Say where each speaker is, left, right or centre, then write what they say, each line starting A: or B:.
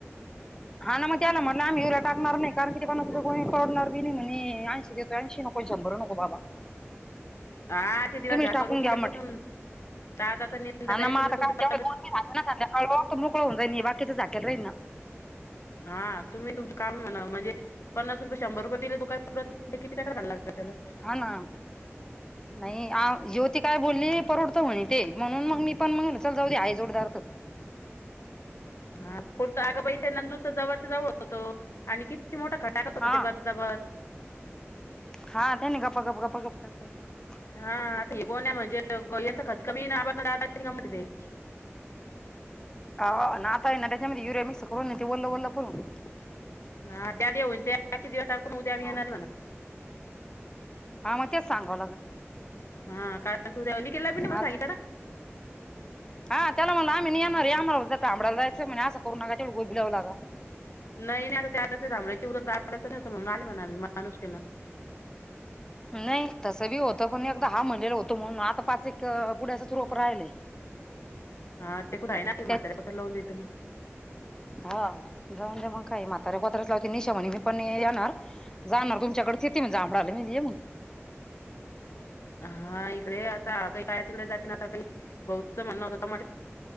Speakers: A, on the left; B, on the left.
A: हा ना मग त्याला म्हटलं आम्ही हवऱ्या टाकणार नाही. कारण किती पणा कोणी करडणार बी नाही म्हणे ऐंशी देतो ऐंशी नको शंभर नको बाबा.
B: हा आठ दिवस
A: तुम्हीच
B: घ्या
A: टाकून
B: करून उद्यापासून
A: म्हटलं
B: दादाचा निंदत
A: हा
B: आहे
A: ना मग
B: तुम्ही
A: आता
B: तुम
A: काय
B: पत
A: तेवढे दोन तीन झाले ना मोकळं होऊ जाई बाकीच झाकेला राही ना.
B: हा तुम्ही तुम? काम म्हणा म्हणजे पन्नास रुपये शंभर रुपये दिले त काय किती टकायला लागला त्याला
A: हा ना. नाही आ ज्योती काय बोलली परवडत म्हणे ते म्हणून मग मी पण मग चल जाऊ आई जोडदार. तर
B: हा पोट अगं बाई नंदू जावच्या जवळ होत तो आणि किती. ती मोठा खटाकात
A: हा
B: होता ते बदाबद.
A: हा त्यानी गप्पा गप गप्प गपे. <unintelligible>
B: हा आता हे गोन म्हणजे ग यांचा खतकमी आप का म्हटते.
A: अ नाता ये ना त्याच्यामध्ये युरो मिक्स करून ते ओल ओलं पण होतं.
B: हा त्या्याऊन को उद्या <unintelligible> म्हला
A: हा मग तेच सांगावं लागल
B: हा का तू <unintelligible> दऊनी केला पि ना मला
A: आता
B: सांगितताना ह <inaudible>
A: हा त्याला म्हला आम्ही येणारे आम्हाला आबला जाच म्ह म अस करू नका तेवढं गो भि लावलागा.
B: नाही आता त्याथांबड्याची उ दडचं नवत म्हून आले म्हणा आम्ही माणूस घेणार. <inaudible>
A: नाही तसं बी होतं पण एकदा हा म्हणलेला होतो म्हणून आता पाच एक पुढ्या रोप राहिलय.
B: हा ते कुठं आहे ना प
A: त्या
B: मात्याेपटं ल लावून देत ना.
A: हा जाऊन ते मग काय म्हातार्या कोत्र्या लावते निशा म्हणी मी पण येणार. जाणार तुमच्याकडे तिथती मण जांभडाला मी ये मग.
B: हा इकडे आता काही बाहेर तिकडे जाते ना आता काही बहुच म्हणण होत म.